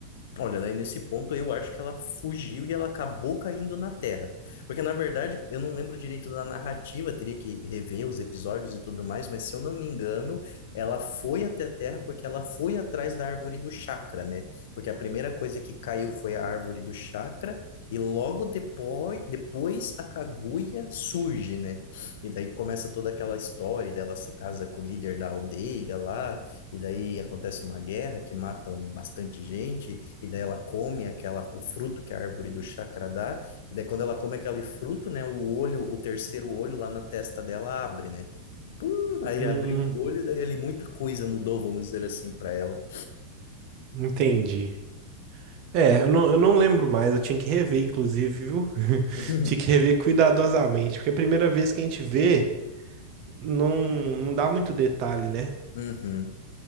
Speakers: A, on the left; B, on the right.
A: Olha, daí nesse ponto eu acho que ela fugiu e ela acabou caindo na Terra. Porque, na verdade, eu não lembro direito da narrativa, teria que rever os episódios e tudo mais, mas se eu não me engano, ela foi até a Terra porque ela foi atrás da árvore do chakra, né? Porque a primeira coisa que caiu foi a árvore do chakra, e logo depois, depois a Kaguya surge, né? E daí começa toda aquela história dela se casa com o líder da aldeia lá. E daí acontece uma guerra que matam bastante gente, e daí ela come aquela, o fruto que a árvore do chakra dá, e daí quando ela come aquele fruto, né, o olho, o terceiro olho lá na testa dela abre, né? Pum, aí
B: Hum,
A: abriu o olho, daí ali muita coisa mudou, vamos dizer assim, para ela.
B: entendi. É, eu não, eu não lembro mais, eu tinha que rever, inclusive, viu? <laughs>
A: <laughs>
B: Tinha que rever cuidadosamente, porque é a primeira vez que a gente vê. não, não dá muito detalhe, né?
A: Uhum.